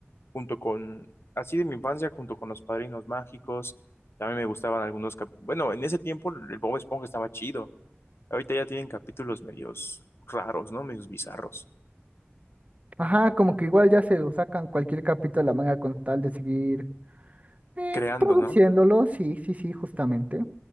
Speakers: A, on the left; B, on the right.
A: Junto con, así de mi infancia, junto con Los Padrinos Mágicos. También me gustaban algunos cap- Bueno, en ese tiempo el Bob Esponja estaba chido. Ahorita ya tienen capítulos medios raros, ¿no? Medios bizarros.
B: Ajá, como que igual ya se lo sacan cualquier capítulo de la manga con tal de seguir eh,
A: Creando,
B: produciéndolo,
A: ¿no?
B: sí, sí, sí, justamente.